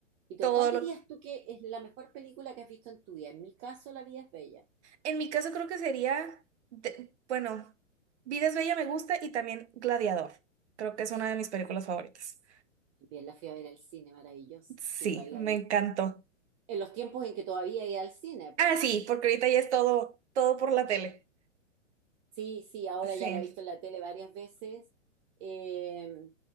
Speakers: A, on the right; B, on the right.
A: y todo.
B: todo
A: ¿Cuál
B: lo...
A: dirías tú que es la mejor película que has visto en tu vida? En mi caso, La vida es bella.
B: En mi caso creo que sería, de- bueno, Vida es Bella me gusta y también Gladiador. Creo que es una de mis películas favoritas.
A: Bien, la fui a ver al cine, maravillosa.
B: Sí,
A: Sí, igual
B: me
A: la vi.
B: encantó.
A: En los tiempos en que todavía iba al cine, pues.
B: Ah, sí, porque ahorita ya es todo, todo por la tele.
A: Sí, sí, ahora
B: Sí,
A: ya la he visto en la tele varias veces eh,